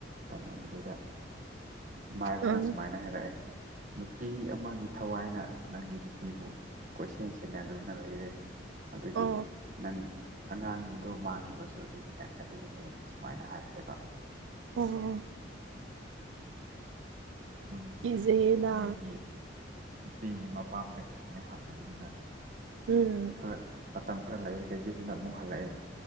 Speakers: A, on the right; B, on the right.
A: ꯇꯥꯟꯅꯕꯗꯨꯗ ꯃꯥꯏꯕꯅ
B: ꯑꯥ
A: ꯁꯨꯃꯥꯏꯅ ꯍꯥꯏꯔꯛꯑꯦ ꯅꯨꯄꯤ ꯑꯃꯒꯤ ꯊꯋꯥꯏꯅ ꯅꯪꯒꯤ ꯅꯨꯄꯤꯕꯨ ꯀꯣꯏꯁꯦꯟ ꯁꯦꯟꯅꯗꯨꯅ ꯂꯩꯔꯦ ꯑꯗꯨꯒꯤ
B: ꯑꯣ
A: ꯅꯪ ꯑꯉꯥꯡꯗꯣ ꯃꯥꯡꯈꯤꯕꯁꯨ ꯑꯗꯨꯒꯤꯅꯦ ꯑꯗꯨꯒꯤꯅꯦꯅ ꯁꯨꯃꯥꯏꯅ ꯍꯥꯏꯈ꯭ꯔꯦꯕ
B: ꯑꯣ
A: ꯑꯗꯨꯝ
B: ꯀꯤꯖꯩꯗꯥ
A: ꯃꯣꯏꯒꯤ ꯅꯨꯄꯤꯒꯤ ꯃꯄꯥꯝꯗꯩ ꯉꯥꯏꯍꯥꯛ ꯂꯩꯗꯨꯅ
B: ꯎꯝ꯫
A: ꯈꯔ ꯃꯇꯝ ꯈꯔ ꯂꯩꯔꯒ ꯌꯨꯝꯗ ꯑꯃꯨꯛ ꯍꯜꯂꯛꯑꯦ